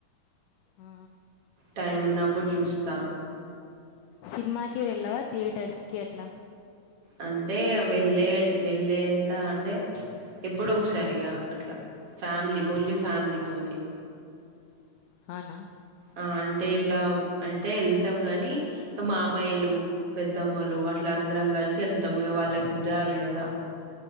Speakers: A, on the left; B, on the right.
A: ఆ
B: టైం ఉన్నప్పుడు చూస్తా
A: సినిమాకి వెళ్ళవా థియేటర్స్ కి అట్లా
B: అంటే వెళ్ళే వెళ్ళేంత అంటే ఎప్పుడు ఒకసారి ఇగా అట్లా ఫ్యామిలీ ఓన్లీ ఫ్యామిలీతోోనే
A: హనా
B: ఆ అంటే ఇట్లా అంటే వెళ్తాం గాని మా అమ్మాయిలు పెద్దమ్మలు అట్లా అందరం కలిసి వెళ్తాము ఇగా వాళ్ళకి కుదరాలి కదా